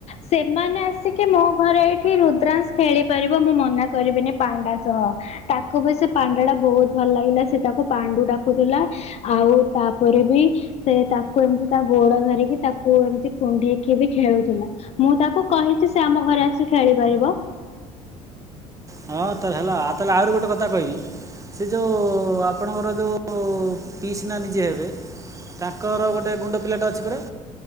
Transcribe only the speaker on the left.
ସେମାନେ ଆସିକି ମୋ ଘରେ ଏଇଠି ରୁଦ୍ରାଂଶ ଖେଳି ପାରିବ ମୁଁ ମନା କରିବିନି ପାଣ୍ଡା ସହ ତାକୁ ବି ସେ ପାଣ୍ଡା ଟା ବହୁତ ଭଲ ଲାଗିଲା ସେ ତାକୁ ପାଣ୍ଡୁ ଡାକୁଥିଲା ଆଉ ତାପରେ ବି? ସେ ତାକୁ ଏମିତି ତା ଗୋଡ ଧରିକି ତାକୁ ଏମିତି କୁଢେଇକି ବି ଖେଳୁଥିଲା ମୁଁ ତାକୁ କହିଛି ସେ ଆମ ଘରେ ଆସି ଖେଳିପାରିବ।